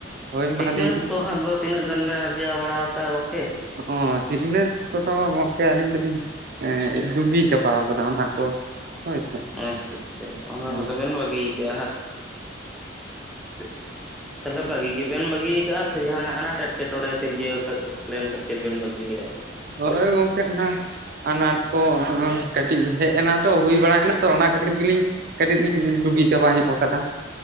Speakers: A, on the right; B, in the centre.
A: ᱦᱳᱭ
B: ᱥᱤᱠᱷᱱᱟᱹᱛ
A: ᱢᱟ ᱞᱟᱹᱭ ᱵᱤᱱ
B: ᱠᱚ ᱦᱟᱸᱜ ᱫᱚ ᱛᱤᱱᱟᱹᱜ ᱜᱟᱱ ᱵᱮᱱ ᱟᱨᱡᱟᱣ ᱵᱟᱲᱟ ᱟᱠᱟᱜᱼᱟ ᱜᱚᱝᱠᱮ᱾
A: ᱚ ᱥᱤᱠᱷᱱᱟᱹᱛ ᱠᱚᱛᱚ ᱜᱚᱝᱠᱮ ᱟᱹᱞᱤᱧ ᱫᱚ ᱞᱤᱧ ᱰᱩᱜᱤ ᱪᱟᱯᱟᱣ ᱠᱟᱫᱟ ᱚᱱᱟ ᱠᱚ ᱦᱳᱭ ᱥᱮ
B: ᱟᱪᱪᱷᱟ ᱟᱪᱪᱷᱟ ᱚᱱᱟ
A: ᱦᱮᱸ
B: ᱠᱚᱫᱚ ᱵᱮᱱ ᱵᱟᱹᱜᱤᱭ ᱠᱟᱜᱼᱟ ᱦᱟᱸᱜ᱾ <unintelligible> ᱛᱟᱦᱚᱞᱮ ᱵᱟᱹᱜᱤ ᱜᱮᱵᱮᱱ ᱵᱟᱹᱜᱤᱭᱟ ᱠᱟᱜᱼᱟ ᱥᱮ ᱡᱟᱦᱟᱱᱟᱜ ᱟᱱᱟᱴ ᱮᱴᱠᱮᱴᱚᱬᱮ ᱥᱤᱨᱡᱟᱹᱣ ᱞᱮᱱ ᱠᱷᱟᱹᱛᱤᱨ ᱵᱮᱱ ᱵᱟᱹᱜᱤ ᱞᱮᱼᱟ?
A: ᱦᱳᱭ ᱜᱚᱝᱠᱮ ᱚᱱᱟ ᱟᱱᱟᱴ ᱠᱚ ᱠᱟᱹᱴᱤᱡ ᱦᱮᱡ ᱮᱱᱟ ᱛᱚ ᱦᱩᱭᱩᱜ ᱦᱩᱭ ᱵᱟᱲᱟᱭᱱᱟ ᱛᱚ ᱚᱱᱟ ᱠᱷᱟᱹᱛᱤᱨ ᱜᱮᱞᱤᱧ ᱠᱟᱹᱴᱤᱡ ᱞᱤᱧ ᱰᱩᱜᱤ ᱪᱟᱵᱟ ᱧᱚᱜ ᱠᱟᱫᱟ᱾